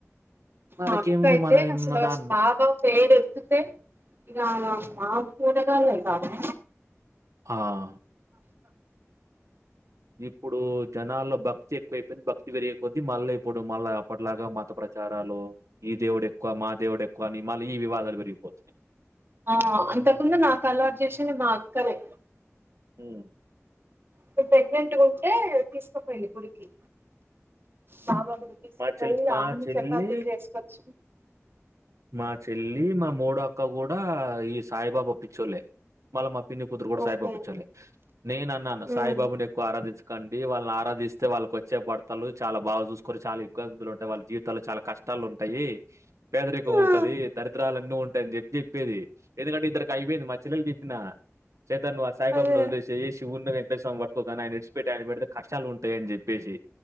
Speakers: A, on the right; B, on the right.
A: మనకేముంది
B: మా అక్క అయితే
A: మనం
B: అసలు
A: ఉన్న దాన్లో
B: బాబా పేరు ఎత్తుతే. ఇగ మాకు కూడా కావాలి బాబా.
A: ఆహ్ ఇప్పుడు జనాల్లో భక్తి ఎక్కువై పో. భక్తి పెరిగే కొద్దీ మళ్ళీ ఇప్పుడు మళ్ళా ఎప్పట్లాగా మత ప్రచారాలు ఈ దేవుడు ఎక్. ఎక్కువ మా దేవుడు ఎక్కువ అని మళ్ళీ ఈ వివాదాలు పెరిగిపోతున్నాయి.
B: ఆహ్ అంతకుముందు నాకు అలవాటు చేసింది మా అక్కలే.
A: ఉమ్.
B: నేను ప్రెగ్నెంట్గా ఉంటే తీసుకుపోయింది గుడికి బాబా గుడి. తీసుకుపోయి
A: మా చెల్ మా
B: ఆమెనే
A: చెల్లి
B: చపాతీలు చేసుకోచ్చింది.
A: మా చెల్లి మా మూడో అక్క కూడా ఈ సాయిబాబా పిచ్చోళ్లే మళ్ళ మా పిన్ని కుతురు కూడా సాయిబాబు
B: ఓకే
A: పిచ్చొలే నేను అన్నాను సాయిబాబుని
B: ఉమ్
A: ఎక్కువ ఆరాధించకండి వాళ్ళని ఆరాధిస్తే వాళ్ళు. కొచ్చే పడు. చాలా బాగా చూసుకొని చాలా ఇబ్బందులు ఉంటాయి వాళ్ళ జీవితాలు చాలా కష్టాలు ఉంటాయి పేదరికం. ఉంటది
B: ఆ
A: దరిద్రాలు అన్నీ ఉంటాయని చెప్పి చెప్పేది. ఎందుకంటే ఇద్దరికి అయిపోయింది మా చెల్లెలు చెప్పినా తన్ను ఆ సాయిబాబను
B: అదే
A: వదిలేసై శివుని. ఇట్టా సం పట్టుకోకు అని ఆయన నిడిచిట్టి ఆయన పెడితే కష్టాలు ఉంటాయని చెప్పేసి.